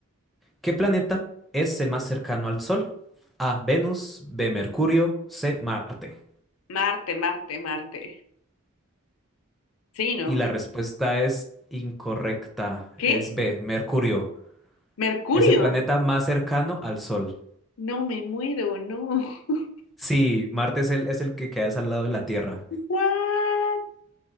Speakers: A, in the centre; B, on the left.
A: ¿qué planeta es el más cercano al Sol? A, Venus, B, Mercurio, C, Marte.
B: Marte, Marte, Marte. Sí, ¿no?
A: Y la respuesta es incorrecta.
B: ¿Qué?
A: Es B, Mercurio.
B: ¿Mercurio?
A: Es el planeta más cercano al Sol.
B: No me muero, no. <laughs>
A: Sí, Marte es el, es el que queda al lado de la Tierra.
B: What?